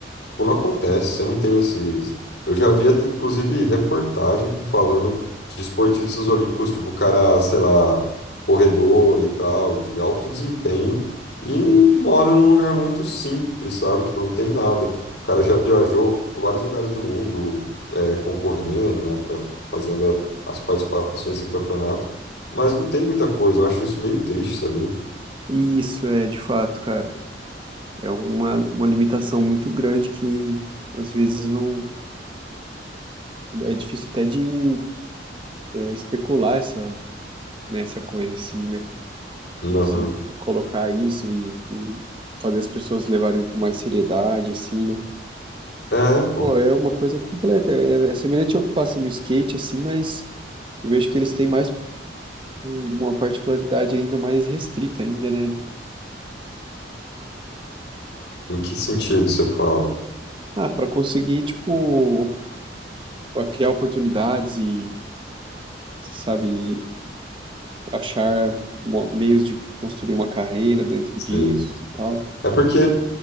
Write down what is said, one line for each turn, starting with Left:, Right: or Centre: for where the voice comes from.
Left: Tipo, não acontece, você não tem esses. Eu já vi, até, inclusive, reportagem falando de esportistas olímpicos, tipo, o cara, sei lá, corredor e tal, de alto desempenho, e mora num lugar muito simples, sabe? Tipo, não tem nada. O cara já viajou por vários lugares do mundo, é, concorrendo, né? pra- Fazendo as participações em campeonato, mas não tem muita coisa. Eu acho isso meio triste, sabia?
Right: Isso é, de fato, cara. É uma, uma limitação muito grande que, às vezes, não... É difícil até de é, especular essa, nessa coisa, assim, né? de
Left: Uhum.
Right: você colocar isso e, e fazer as pessoas levarem com mais seriedade, assim, né?
Left: É, pô.
Right: Pô, é uma coisa completa, é, é semelhante ao que passa no skate, assim, mas eu vejo que eles têm mais um- uma particularidade ainda mais restrita ainda, né?
Left: Em que sentido você fala?
Right: Ah, para conseguir, tipo, o- criar oportunidades e, sabe, achar mo- meios de construir uma carreira dentro
Left: Sei.
Right: disso e tal.
Left: É porque